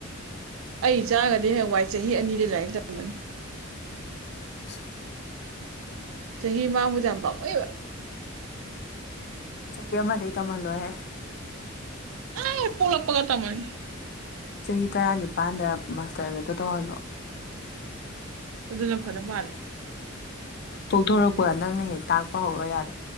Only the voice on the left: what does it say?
<inaudible>
ꯆꯍꯤ ꯑꯃꯗꯩ ꯇꯝꯍꯜꯂꯣꯍꯦ
ꯆꯍꯤ ꯇꯔꯥꯅꯤꯄꯥꯟꯗ ꯃꯥꯁꯇ꯭ꯔꯒꯗꯣ ꯇꯧꯍꯜꯂꯣ
ꯄꯣꯛꯊꯣꯔꯛꯄꯒ ꯅꯪꯅ ꯍꯦꯛ ꯇꯥꯛꯄ ꯍꯧꯔꯣ ꯌꯥꯔꯦ